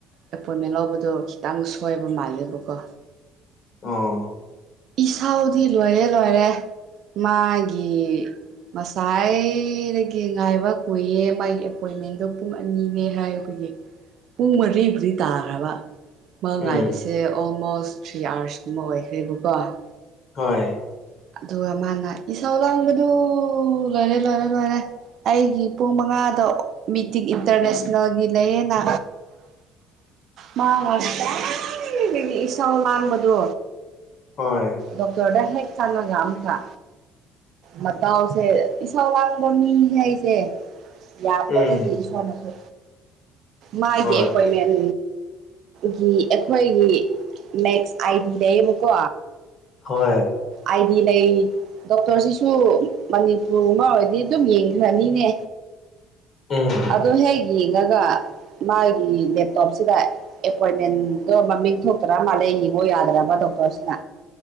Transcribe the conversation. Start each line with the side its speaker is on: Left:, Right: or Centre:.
Right: ꯑꯦꯄꯣꯏꯃꯦꯟ ꯂꯧꯕꯗꯣ ꯈꯤꯇꯪ ꯁꯣꯏꯕ ꯃꯥꯜꯂꯦꯕꯀꯣ
Left: ꯑꯣ
Right: ꯏꯁꯧꯗꯤ ꯂꯣꯏꯔꯦ ꯂꯣꯏꯔꯦ ꯃꯥꯒꯤ ꯉꯁꯥꯏꯗꯒꯤ ꯉꯥꯏꯕ ꯀꯨꯏꯌꯦ ꯃꯥꯒꯤ ꯑꯦꯄꯣꯏꯃꯦꯟꯗꯣ ꯄꯨꯡ ꯑꯅꯤꯅꯦ ꯍꯥꯏꯌꯨ <unintelligible> ꯄꯨꯡ ꯃꯔꯤꯕꯨꯗꯤ ꯇꯥꯈ꯭ꯔꯕ ꯃꯥ ꯉꯥꯏꯕꯁꯦ
Left: ꯎꯝ
Right: ꯑꯣꯜꯃꯣꯁ ꯊ꯭ꯔꯤ ꯑꯋꯥꯔꯁ ꯀꯨꯝꯕ ꯑꯣꯏꯈ꯭ꯔꯦ ꯕꯀꯣ
Left: ꯍꯣꯏ
Right: ꯑꯗꯨꯒ ꯃꯥꯅ ꯏꯁꯧ ꯂꯥꯡꯕꯗꯨ ꯂꯣꯏꯔꯦ ꯂꯣꯏꯔꯦ ꯂꯣꯏꯔꯦ ꯑꯩꯒꯤ ꯄꯨꯡ ꯃꯉꯥꯗꯣ ꯃꯤꯇꯤꯡ ꯏꯟꯇꯔꯅꯦꯁꯅꯦꯜꯒꯤ ꯂꯩꯌꯦꯅ ꯃꯥ ꯉꯁꯥꯏꯗꯒꯤ ꯏꯁꯧ ꯂꯥꯡꯕꯗꯣ
Left: ꯍꯣꯏ
Right: ꯗꯣꯛꯇꯔꯗ ꯍꯦꯛ ꯆꯪꯉꯒ ꯑꯃꯨꯛꯀ ꯃꯇꯥꯎꯁꯦ ꯏꯁꯧ ꯂꯥꯡꯕ ꯃꯤ ꯍꯥꯏꯁꯦ ꯌꯥꯄꯣꯠ
Left: ꯎꯝ
Right: ꯅꯠꯇꯦ ꯏꯁꯣꯔꯅꯁꯨ ꯃꯥꯒꯤ
Left: ꯍꯣꯏ
Right: ꯑꯦꯄꯣꯏꯃꯦꯟ ꯒꯤ ꯑꯩꯈꯣꯏꯒꯤ ꯃꯦꯛꯁ ꯑꯥꯏ ꯗꯤ ꯂꯩꯌꯦꯕꯀꯣ
Left: ꯍꯣꯏ
Right: ꯑꯥꯏꯗꯤ ꯂꯩ ꯗꯣꯛꯇꯔꯁꯤꯁꯨ ꯃꯅꯤꯄꯨꯔ ꯑꯃ ꯑꯣꯏꯔꯗꯤ ꯑꯗꯨꯝ ꯌꯦꯡꯈ꯭ꯔꯅꯤꯅꯦ
Left: ꯎꯝ
Right: ꯑꯗꯣ ꯍꯦꯛ ꯌꯦꯡꯉꯒ ꯃꯥꯒꯤ ꯂꯦꯞꯇꯣꯞꯁꯤꯗ ꯑꯦꯄꯣꯏꯟꯃꯦꯟꯗꯣ ꯃꯃꯤꯡ ꯊꯣꯛꯇ꯭ꯔ ꯃꯥꯜꯂꯦ ꯌꯦꯡꯉꯣ ꯌꯥꯗ꯭ꯔꯕ ꯗꯣꯛꯇꯔꯁꯤꯅ